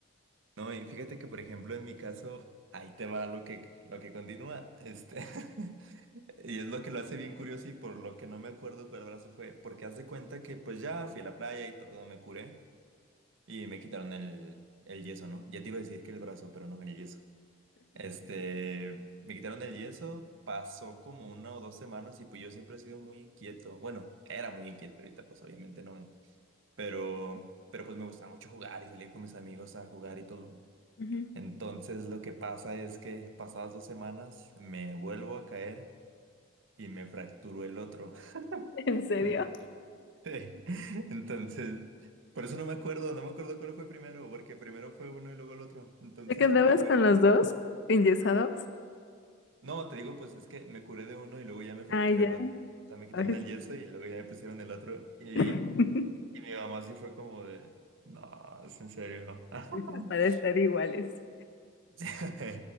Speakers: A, on the right; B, on the left.
A: No, y fíjate que, por ejemplo, en mi caso, ahí te va lo que, lo que continúa. Este, <laughs> y es lo que lo hace bien curioso y por lo que no me acuerdo cuál brazo fue. Porque haz de cuenta que, pues ya fui a la playa y todo, me curé y me quitaron el, el yeso, ¿no? Ya te iba a decir que el brazo, pero no, el yeso. Este, me quitaron el yeso, pasó como una o dos semanas y pues yo siempre he sido muy inquieto. Bueno, era muy inquieto, ahorita pues obviamente no, pero, pero pues me gustaba mucho jugar y salir con mis amigos a jugar y todo.
B: Ujú.
A: Entonces lo que pasa es que pasadas dos semanas me vuelvo a caer y me fracturó el otro.
B: <laughs> ¿En serio?
A: <laughs> Entonces, entonces, por eso no me acuerdo, no me acuerdo cuál fue primero, porque primero fue uno y luego el otro. Entonces
B: ¿Te quedabas
A: me fracturé.
B: con los dos enyesados?
A: No, te digo, pues es que me curé de uno y luego ya me fracturé
B: Ah ya.
A: el otro. O sea, me quitaron
B: Ay,
A: el yeso y luego ya me pusieron el otro. Y,
B: <laughs>
A: y mi mamá sí fue como de, no, es en serio.
B: Esas
A: <laughs>
B: Para estar iguales.
A: <laughs>